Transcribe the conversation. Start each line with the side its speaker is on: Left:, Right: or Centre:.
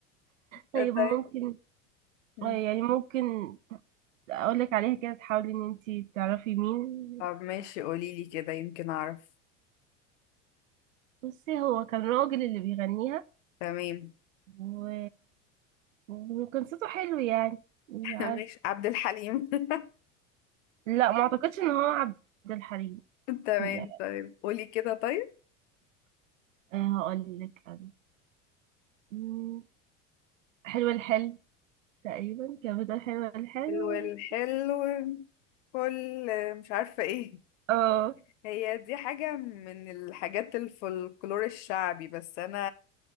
Left: <laughs>
Right: طيب
Left: طيب
Right: ممكن
Left: مم.
Right: آه يعني ممكن اقولك عليها كده تحاولي ان انتي تعرفي مين
Left: طب ماشي قوليلي كده يمكن أعرف
Right: بصي هو كان راجل اللي بيغنيها
Left: تمام
Right: و... وكان صوته حلو يعني مش
Left: <laughs>
Right: عارف
Left: ماشي عبد الحليم <laughs>
Right: لا ما اعتقدش ان هو عبد الحليم
Left: تمام
Right: يعني
Left: طيب قولي كده طيب
Right: آه، هقول لك انا مم، حلو الحل تقريبا كان بتقول حلو الحل
Left: حلو الحلو كل مش عارفة ايه
Right: اه
Left: هي دي حاجة من الحاجات الفولكلور الشعبي بس أنا